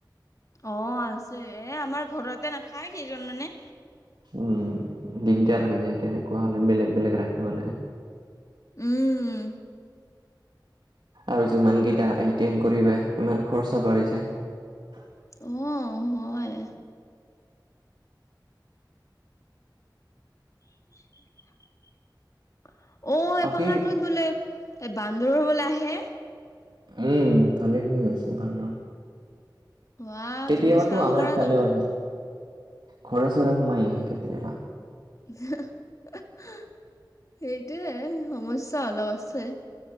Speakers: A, on the left (about 45°); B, on the right (about 75°).
A: অহ ', আছে এ আমাৰ ঘৰতে নাখায় কেইজন মানে।
B: উম ', দিগদাৰ হৈ যায় তেনেকুৱা হলে বেলেগ বেলেগ ৰাখিব লাগে।
A: উম',
B: আৰু যিমান কেইটা এটি এম কৰিব সিমান খৰচা বাঢ়ি যায়।
A: অ হয় <unintelligible> অ
B: বাকী
A: এই পাহাৰটোত বোলে এ বান্দৰ বোলে আহে
B: উম ভালেখিনি আছে বান্দৰ
A: অঁ
B: কেতিয়াবাতো
A: তেন্তে চাব
B: আমাৰ
A: পৰা
B: ইফালেও
A: যাব
B: আহে ঘৰে চৰে সোমাই আহে কেতিয়াবা
A: হি হি হিক সেইটোৱে সমস্যা অলপ আছে